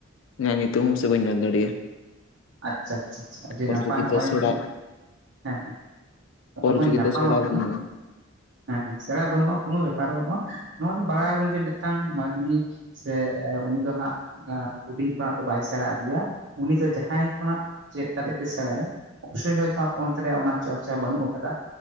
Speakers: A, on the left (about 70°); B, on the right (about 65°).
A: ᱤᱧᱟᱹᱜ ᱧᱩᱛᱩᱢ ᱦᱚᱸ ᱥᱮ ᱵᱟᱹᱧ ᱚᱞ ᱫᱟᱲᱮᱭᱟᱜᱼᱟ᱾
B: ᱟᱪᱪᱷᱟ ᱟᱪᱪᱷᱟ ᱟᱪᱷᱟ ᱟᱹᱰᱤ
A: ᱚᱞᱪᱤᱠᱤ
B: ᱱᱟᱯᱟᱭ ᱱᱚᱜᱚᱭ
A: ᱫᱚ ᱥᱮᱬᱟ
B: ᱵᱤᱱ ᱦᱮᱸ ᱱᱚᱜᱼᱚᱭ
A: ᱚᱞᱪᱤᱠᱤ
B: ᱵᱚᱱ ᱧᱟᱯᱟᱢ
A: ᱫᱚ ᱥᱮᱬᱟ
B: ᱟᱠᱟᱱᱟ᱾
A: ᱵᱟᱹᱱᱩᱜᱼᱟ
B: ᱦᱮᱸ ᱦᱮᱸ ᱥᱮᱬᱟ ᱵᱟᱹᱱᱩᱜᱼᱟ ᱠᱚᱱᱚ ᱵᱮᱯᱟᱨ ᱵᱟᱹᱱᱩᱜᱼᱟ᱾ ᱱᱚᱣᱟ ᱫᱚ ᱵᱟᱲᱟᱭ ᱟᱵᱚᱱ ᱡᱮ ᱢᱤᱫᱴᱟᱝ ᱢᱟᱹᱱᱢᱤ ᱥᱮ ᱩᱱᱤ ᱫᱚ ᱦᱟᱸᱜ ᱦᱩᱰᱤᱧ ᱠᱷᱚᱱᱟᱜ ᱫᱚ ᱵᱟᱭ ᱥᱮᱬᱟ ᱟᱹᱜᱩᱭᱟ᱾ ᱩᱱᱤ ᱫᱚ ᱡᱟᱦᱟᱸᱭ ᱠᱷᱚᱱᱟᱜ ᱪᱮᱫ ᱠᱟᱛᱮ ᱜᱮ ᱥᱮᱬᱟᱭᱟᱭ᱾ ᱚᱵᱚᱥᱚᱭ ᱦᱚᱭ ᱛᱚ ᱟᱯᱮ ᱚᱱᱛᱮ ᱨᱮ ᱚᱱᱟ ᱪᱚᱨᱪᱟ ᱵᱟᱹᱱᱩᱜ ᱟᱠᱟᱫᱟ᱾